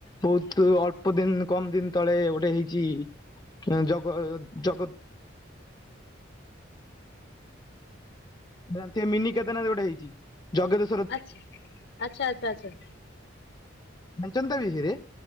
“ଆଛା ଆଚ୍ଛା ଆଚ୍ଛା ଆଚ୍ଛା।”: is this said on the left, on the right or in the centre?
Left